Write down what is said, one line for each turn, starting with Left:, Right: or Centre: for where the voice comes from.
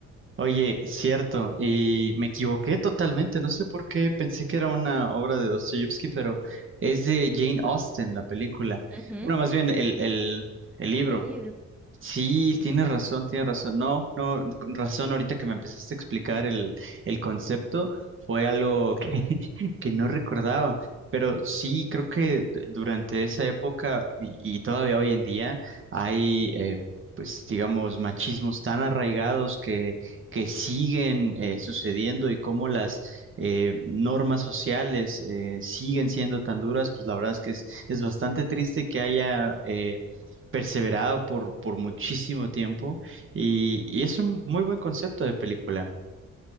Right: Oye, cierto, y me equivoqué totalmente, no sé por qué pensé que era una obra de Dostoyevsky, pero es de Jane Austen la película.
Centre: Ujú.
Right: Bueno, más bien el, el, el libro.
Centre: El libro.
Right: Sí,
Centre: sí.
Right: tienes razón, tienes razón. No, no, con razón, ahorita que me empezaste a explicar el, el concepto, fue algo que, <laughs> que no recordaba. Pero sí, creo que d- durante esa época y, y todavía hoy en día hay, eh, pues, digamos, machismos tan arraigados que, que siguen eh, sucediendo y cómo las eh, normas sociales eh, siguen siendo tan duras, pues la verdad es que es, es bastante triste que haya... eh, perseverado por, por muchísimo tiempo y, y es un muy buen concepto de película.